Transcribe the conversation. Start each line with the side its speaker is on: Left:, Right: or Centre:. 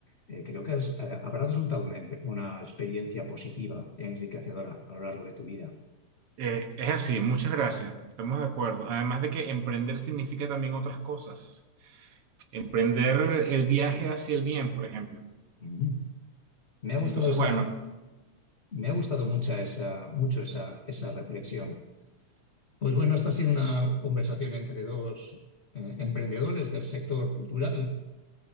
Left: eh, creo que has- eh, habrá resultado una, empe- una experiencia positiva e enriquecedora a lo largo de tu vida.
Right: Eh, es así, muchas gracias, estamos de acuerdo. Además de que emprender significa también otras cosas. emprender el viaje hacia el bien, por ejemplo.
Left: Ujú. Me ha gustado
Right: Entonces,
Left: esa,
Right: bueno,
Left: me ha gustado mucha esa, mucho esa, esa reflexión. Pues bueno, esta ha sido una conversación entre dos eh, emprendedores del sector cultural.